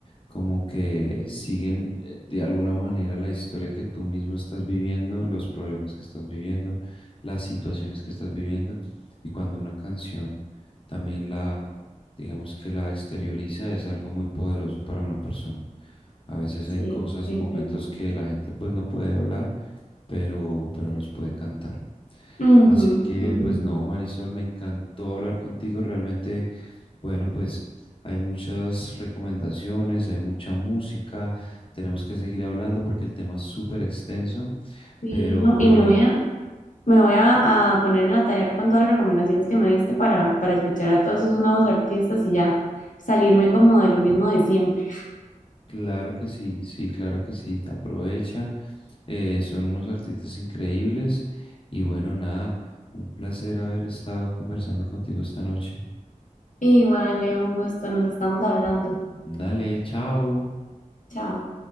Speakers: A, on the left (about 40°); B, on the left (about 75°).
A: como que siguen eh, de alguna manera la historia que tú mismo estás viviendo, los problemas que estás viviendo, las situaciones que estás viviendo. Y cuando una canción también la, digamos que la exterioriza, es algo muy poderoso para una persona. A veces
B: Sí,
A: hay cosas
B: definitivamente.
A: y momentos que la gente pues no puede hablar, pero, pero los puede cantar.
B: Ujú,
A: Así que
B: ujú.
A: pues no, Marisol, me encantó hablar contigo. Realmente, bueno, pues hay muchas recomendaciones, hay mucha música. Tenemos que seguir hablando porque el tema es súper extenso,
B: Sí,
A: pero,
B: no,
A: pero
B: y me
A: bueno,
B: voy a, me voy a, a poner en la tarea con todas las recomendaciones que me diste para, para escuchar a todos esos nuevos artistas y ya salirme como de lo mismo de siempre.
A: claro que sí, sí, claro que sí, te aprovecha. Eh, son unos artistas increíbles y bueno, nada, un placer haber estado conversando contigo esta noche.
B: Igual, Leo, un gusto, nos estamos hablando.
A: Dale, chao.
B: Chao.